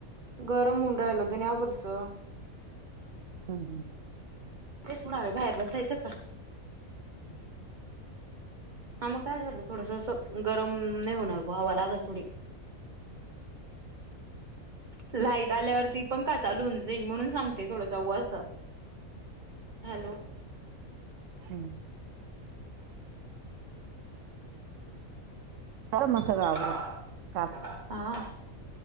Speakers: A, on the right; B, on the right.
A: गरम होऊन राहिल जुन्याभरचं...
B: हम् हम्...
A: तेच नाळ बाहेर बसायचं का? हा मग काय झालं थोडस अस... गरम नाही होणार ग हवा लागल थोडी... लाईट आल्यावरती पण कात लुंजेन म्हणून सांगते थोडा उ अस... हॅलो...
B: हम्म... झालं मग
A: हम्म
B: सगळं आवरून काम